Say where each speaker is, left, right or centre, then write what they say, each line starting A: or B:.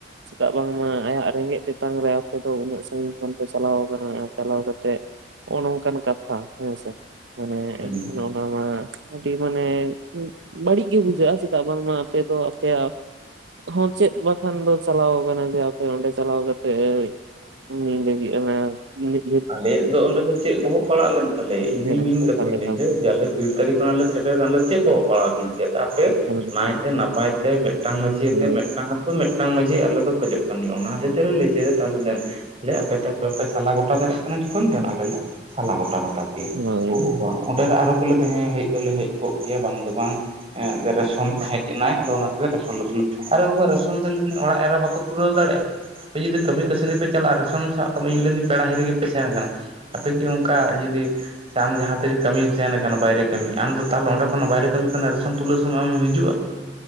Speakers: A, on the right; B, on the right.
A: ᱪᱮᱫᱟᱜ ᱵᱟᱝᱢᱟ ᱟᱭᱟᱜ ᱨᱮᱸᱜᱮᱡ ᱛᱮᱛᱟᱝ ᱨᱮ ᱟᱯᱮ ᱫᱚ ᱩᱱᱟᱹᱜ ᱥᱟᱺᱜᱤᱧ ᱠᱷᱚᱱ ᱯᱮ ᱪᱟᱞᱟᱣ ᱟᱠᱟᱱᱟ ᱪᱟᱞᱟᱣ ᱠᱟᱛᱮ ᱱᱚᱜᱼᱚ ᱱᱚᱝᱠᱟᱱ ᱠᱟᱛᱷᱟ ᱦᱮᱸᱥᱮ ᱢᱟᱱᱮ
B: ᱦᱩᱸ
A: ᱮᱱᱠᱷᱟᱱ ᱵᱟᱝ ᱟᱹᱰᱤ ᱢᱟᱱᱮ ᱵᱟᱹᱲᱤᱡ ᱜᱮ ᱵᱩᱡᱷᱟᱹᱜᱼᱟ ᱪᱮᱫᱟᱜ ᱵᱟᱝᱢᱟ ᱟᱯᱮ ᱫᱚ ᱟᱯᱮᱭᱟᱜ ᱦᱚᱸ ᱪᱮᱫ ᱵᱟᱠᱷᱟᱱ ᱫᱚ ᱪᱟᱞᱟᱣ ᱠᱟᱱᱟ ᱡᱮ ᱟᱯᱮ ᱚᱸᱰᱮ ᱪᱟᱞᱟᱣ ᱛᱮ ᱟᱡ ᱩᱱᱤ ᱞᱟ. ᱜᱤᱫ ᱦᱚᱸ <unintelligible>
B: ᱟᱞᱮᱭᱟᱜ ᱫᱚ ᱚᱸᱰᱮ ᱫᱚ ᱪᱮᱫ ᱵᱚᱦᱚᱜ ᱯᱟᱲᱟᱜ ᱞᱮᱱ ᱛᱟᱞᱮᱭᱟ ᱤᱧ
A: ᱦᱮᱸ
B: ᱫᱩᱧ ᱢᱮᱱ ᱠᱟᱛᱷᱟᱧ
A: ᱮᱠᱟᱞ ᱮᱠᱟᱞ
B: ᱞᱟᱹᱭ ᱡᱮ ᱟᱞᱮ ᱠᱤᱲ ᱛᱟᱹᱨᱤ ᱠᱷᱚᱱᱟᱜ ᱞᱮ ᱥᱮᱴᱮᱨ ᱠᱷᱚᱱᱟᱜ ᱞᱮ ᱥᱮᱴᱮᱨ ᱠᱟᱱᱟᱞᱮ ᱪᱮᱫ ᱵᱚ ᱯᱟᱲᱟᱣ ᱟᱠᱟᱱᱟ ᱪᱮᱫ ᱛᱟᱯᱮ
A: ᱮᱠᱟᱞ ᱮᱠᱟᱞ
B: ᱱᱟᱭ ᱛᱮ ᱱᱟᱯᱟᱭ ᱛᱮ ᱢᱤᱫᱴᱟᱝ ᱢᱟᱺᱡᱷᱤ
A: ᱦᱳᱭ
B: ᱛᱮ ᱢᱤᱫᱴᱟᱝ ᱢᱤᱫᱴᱟᱝ ᱢᱟᱡᱷᱤ ᱟᱞᱮ ᱫᱚ ᱠᱷᱚᱡᱚᱜ ᱠᱟᱱᱟᱞᱮ ᱚᱱᱟ ᱞᱮ ᱞᱟᱹᱭᱪᱚᱭᱟ ᱛᱟᱦᱚᱞᱮ ᱫᱮᱱ ᱟᱯᱮ ᱥᱟᱞᱟ ᱜᱚᱴᱟ ᱫᱟᱲᱮᱭᱟᱜ ᱠᱟᱱᱟ ᱡᱚᱠᱷᱚᱱ ᱫᱮ ᱟᱞᱮ ᱞᱮ ᱥᱟᱞᱟ ᱜᱚᱴᱟ ᱠᱟ ᱛᱟᱯᱮᱭᱟ
A: ᱦᱳᱭ
B: ᱳ ᱵᱟᱵᱟ ᱚᱸᱰᱮ ᱫᱚ ᱟᱨᱦᱚ ᱠᱚ ᱞᱟ. ᱭ ᱠᱮᱫᱟ ᱦᱮᱸ ᱦᱮᱡ ᱫᱚᱞᱮ ᱦᱮᱡ ᱠᱚᱜ ᱜᱮᱭᱟ ᱵᱟᱝ ᱫᱚ ᱵᱟᱝ ᱮ ᱨᱮᱥᱚᱱ ᱦᱮᱡ ᱮᱱᱟᱭ ᱟᱫᱚ ᱟᱞᱮ ᱨᱮᱥᱚᱱ ᱞᱮ ᱛᱩᱞᱟ. ᱣ ᱠᱮᱫᱟ ᱟᱨᱮ ᱵᱟᱵᱟ ᱨᱮᱥᱚᱱ ᱛᱩᱞᱟ. ᱣ ᱨᱤᱱᱤᱡ ᱚᱲᱟᱜ ᱮᱨᱟ ᱵᱟᱠᱚ ᱛᱩᱞᱟᱹᱣ ᱫᱟᱲᱮᱭᱟᱜᱼᱟ ᱟᱯᱮ ᱡᱩᱫᱤ ᱠᱟᱹᱢᱤ ᱠᱟᱹᱥᱱᱤ ᱯᱮ ᱪᱟᱞᱟᱜᱼᱟ ᱨᱮᱥᱚᱱ ᱪᱷᱟᱼᱼ ᱛᱚᱵᱮ ᱤᱧ ᱞᱟ. ᱱᱤᱧ ᱯᱮᱲᱟ ᱦᱤᱨᱤᱜ ᱜᱮᱯᱮ ᱥᱮᱱ ᱟᱠᱟᱱᱟ ᱟᱯᱮ ᱠᱤ ᱚᱱᱠᱟ ᱡᱩᱫᱤ ᱥᱮ ᱟᱢ ᱡᱟᱦᱟᱸ ᱛᱮᱜᱮ ᱠᱟᱹᱢᱤ ᱥᱮᱱ ᱠᱟᱱᱟ ᱵᱟᱭᱨᱮ ᱠᱟᱹᱢᱤ ᱟᱢᱫᱚ ᱛᱟᱦᱚᱞᱚ ᱚᱸᱰᱮ ᱠᱷᱚᱱ ᱵᱟᱭᱨᱮ ᱠᱟᱹᱢᱤ ᱠᱷᱚᱱᱟᱜ ᱨᱮᱥᱚᱱ ᱛᱩᱞᱟᱹᱣ ᱥᱚᱢᱚᱭ ᱟᱢᱮᱢ ᱦᱤᱡᱩᱜᱼᱟ